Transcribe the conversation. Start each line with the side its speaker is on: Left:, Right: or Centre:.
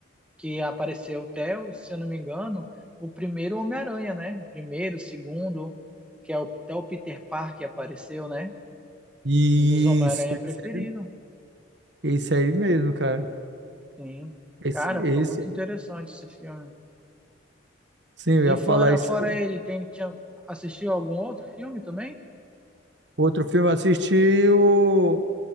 Centre: Que apareceu até, o- se eu não me engano, o primeiro Homem-Aranha, né? O Primeiro, o segundo, que é o, até o Peter Parker apareceu, né?
Right: Isso.
Centre: Um dos Homem-Aranha
Right: Esse
Centre: preferido.
Right: aí, esse aí mesmo, cara.
Centre: Sim.
Right: Esse,
Centre: Cara,
Right: esse
Centre: foi muito
Right: aí.
Centre: interessante esse filme.
Right: Sim, eu
Centre: E
Right: ia
Centre: fora,
Right: falar isso
Centre: fora
Right: aí.
Centre: ele, tem, tinha, assistiu algum outro filme também?
Right: Outro filme, eu assisti o.